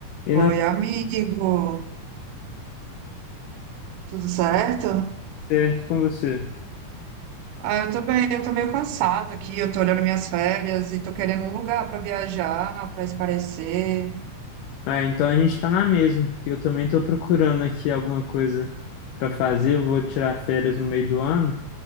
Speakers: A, on the left; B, on the right.
A: E não,
B: Oi, amigo, tudo certo?
A: certo com você.
B: Ah, eu tô bem, eu tô meio cansada aqui, eu tô olhando minhas férias e tô querendo um lugar para viajar, para espairecer.
A: Ah, então a gente tá na mesma, porque eu também tô procurando aqui alguma coisa pra fazer. Eu vou tirar férias no meio do ano